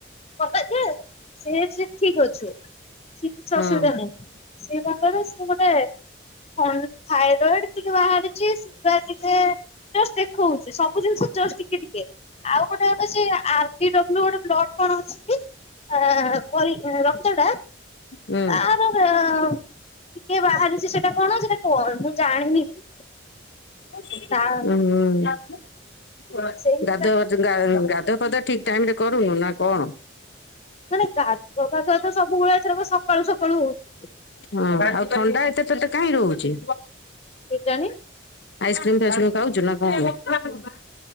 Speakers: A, on the left; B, on the left.
A: କନ୍ଦା ସେ ସେ ଠିକ ଅଛି ସିଏ କିଛି
B: ହଁ
A: ଅସୁବିଧା ନାହିଁ ସେ ଭାବରେ ସିଏ ଗୋଟେ। ହଁ। ଥାଇରଏଡ଼୍। ଟିକେ ବାହାରିଛି ଟେଷ୍ଟ ଦେଖଉଛି ସବୁ ଜିନିଷଷ୍ଟ ଟିକେ ଟିକେ। ଆଉ ଗୋଟେ କଥା ଅରବିଡାବୁଲ ଗୋଟେ ବ୍ଲଡ କଣ ଅଛି ରକ୍ତ ଟା ତାର।
B: ହୁଁ
A: ଟିକେ ବାହାରି। ଯେ ସେଟା କଣ ସେଟା କଣ ମୁଁ ଜାଣିନି। ବି
B: କି
A: ତା
B: <inaudible> ଉଁ -‌ଉଁ-ଉଁ।
A: ସେଇ ଗୋଟା
B: ଗାଧୁଆ
A: ଟିକେ
B: <inaudible> ଗାଧୁଆପାଧୁଆ ଠିକ ଟାଇମରେ କରୁନୁ ନା କଣ?
A: ମାନେ ଗାଧୁଆ ପାାଧୁଆ ତ ସବୁବେଳେ ଏଥରକ ସକାଳୁ ସକାଳୁ ହଉଛି
B: ହୁଁ ଆଉ ଥଣ୍ଡା ଏତେ ତତେ କାହିଁ ହଉଛି?
A: କେଜାଣି
B: ଆଇସ୍କ୍ରିମଟାଇସ୍କ୍ରିମ୍ ଖାଉଛୁ ନା କଣ?